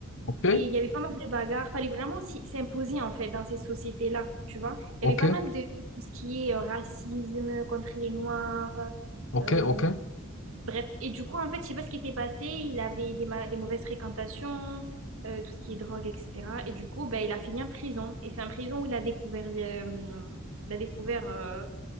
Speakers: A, on the left (about 60°); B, on the right (about 70°).
A: Ok,
B: Et il y avait pas mal de bagarres. Fallait vraiment s'y- s'imposer, en fait, dans ces sociétés-là, tu vois.
A: ok,
B: Il y avait pas mal de tout ce qui est euh, racisme contre les Noirs.
A: ok,
B: euh,
A: ok.
B: bref. Et du coup, en fait, je sais pas ce qui s'est passé. Il avait des, ma- des mauvaises fréquentations, euh, tout ce qui est drogue, etc. Et du coup, ben, il a fini en prison. Et c'est en prison où il a découvert, euh, il a découvert, euh,